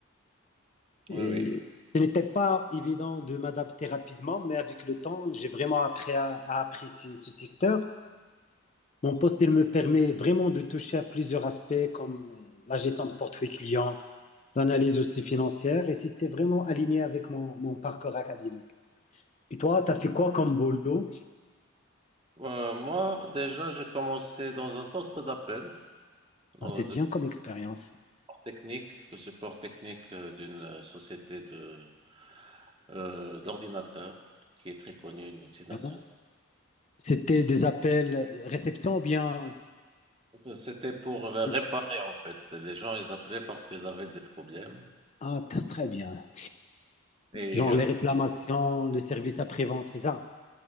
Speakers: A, on the right; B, on the left.
A: Oui,
B: Et
A: oui.
B: ce n'était pas évident de m'adapter rapidement, mais avec le temps, j'ai vraiment appris à, à apprécier ce secteur Mon poste, il me permet vraiment de toucher à plusieurs aspects comme euh, la gestion de portefeuille client, l'analyse aussi financière, et c'était vraiment aligné avec mon, mon parcours académique. Et toi, tu as fait quoi comme boulot?
A: Euh, moi, déjà, j'ai commencé dans un centre d'appel euh,
B: Ah, C'est
A: de
B: bien comme expérience.
A: support technique, le support technique euh, d'une euh, société de euh, d'ordinateurs qui est très connue, une multinationale.
B: hein. C'était des appels, réception ou bien...
A: C'était pour euh, réparer
B: euh,
A: en fait. Les gens ils appelaient parce qu'ils avaient des problèmes.
B: Ah, t- très bien.
A: Et
B: Genre
A: euh,
B: les réclamations, le service après-vente, c'est ça?